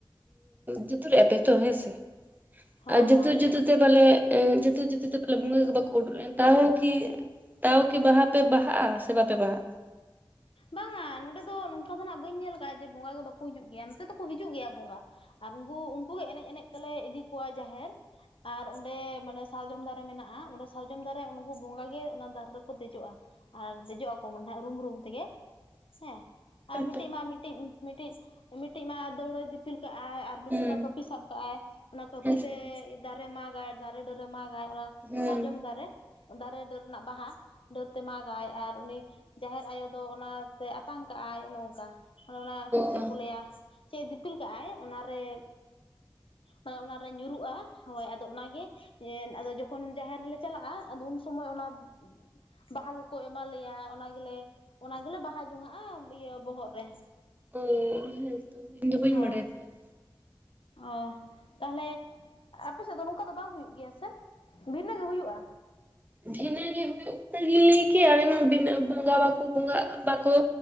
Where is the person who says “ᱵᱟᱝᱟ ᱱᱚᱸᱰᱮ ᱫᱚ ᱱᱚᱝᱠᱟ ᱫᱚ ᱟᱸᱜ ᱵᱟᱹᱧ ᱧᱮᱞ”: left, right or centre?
Left